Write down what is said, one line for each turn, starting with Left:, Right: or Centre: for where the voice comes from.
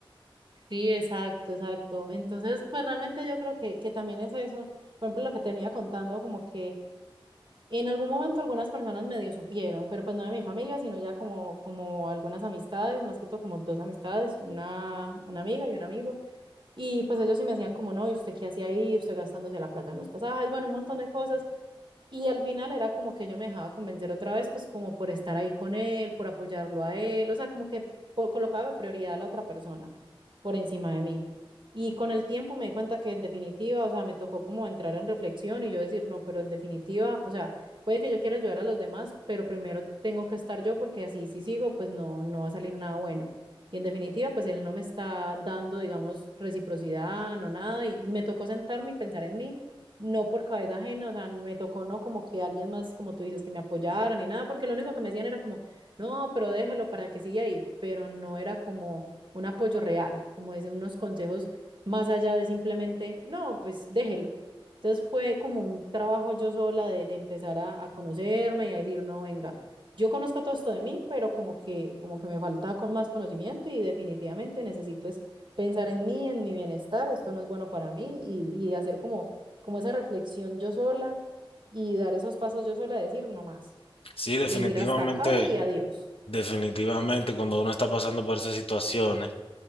Right: Sí, exacto, exacto. Entonces, pues realmente yo creo que, que también es eso. Por ejemplo, lo que tenía contando, como que en algún momento algunas personas medio supieron, pero pues no de mi familia, sino ya como, como algunas amistades, más que todo como dos amistades, una, una amiga y un amigo. Y pues ellos sí me decían como, no, ¿y usted qué hacía ahí? ¿Usted gastándose la plata en los pasajes? Bueno, un montón de cosas. Y al final era como que yo me dejaba convencer otra vez, pues como por estar ahí con él, por apoyarlo a él, o sea, como que po- colocaba de prioridad a la otra persona por encima de mí. Y con el tiempo me di cuenta que en definitiva, o sea, me tocó como entrar en reflexión y yo decir, no, pero en definitiva, o sea, puede que yo quiera ayudar a los demás, pero primero tengo que estar yo porque así si sigo, pues no, no va a salir nada bueno. Y en definitiva, pues él no me está dando, digamos, reciprocidad, no nada, y me tocó sentarme y pensar en mí no por cabeza ajena, o sea, me tocó no como que alguien más, como tú dices, que me apoyara ni nada, porque lo único que me decían era como, no, pero déjelo para que siga ahí, pero no era como un apoyo real, como es unos consejos más allá de simplemente, no, pues déjelo. Entonces fue como un trabajo yo sola de, de empezar a, a conocerme y a decir, no, venga, yo conozco todo esto de mí, pero como que, como que me falta con más conocimiento y definitivamente necesito es pensar en mí, en mi bienestar, esto no es bueno para mí y, y hacer como como esa reflexión yo sola y dar esos pasos yo sola, decir no más,
Left: Sí, definitivamente,
Right: decir hasta acá y adiós.
Left: definitivamente cuando uno está pasando por esas situaciones,